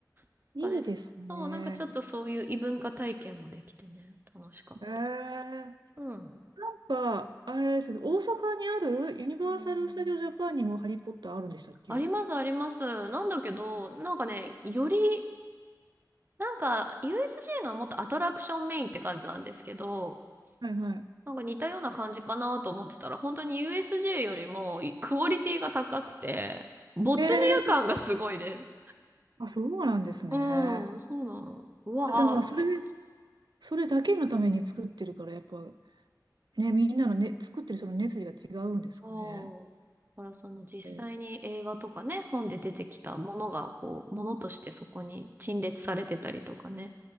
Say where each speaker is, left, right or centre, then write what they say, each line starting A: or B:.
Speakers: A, on the right; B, on the right.
A: んかね、
B: ーいいですね。
A: そう、なんかちょっとそういう異文化体験もできてね、楽しかっ
B: えー、なん
A: た。うん。
B: か、あれですね、大阪にあるユニバーサル・
A: うん
B: スタジオ・ジャパンにもハリー・ポッターあるんでしたっけ
A: あります、あります。なんだけど、なんかね、より、なんか、USJ のはもっとアトラクションメインって感じなんですけど、
B: はいはい。
A: なんか似たような感じかなと思ってたら、本当に USJ よりもクオリティが高くて、没入感がすごいです。
B: えー、あ、そうなんですね。
A: うん、そうなの。うわーって感じ。
B: でもまあ、それ、それだけのために作ってるから、やっぱ、ね、みんなのね、作ってるその熱意が違うんですかね。
A: そう。だからその実際に映画とかね、
B: えー
A: 本で出てきたものが、こう、ものとしてそこに陳列されてたりとかね。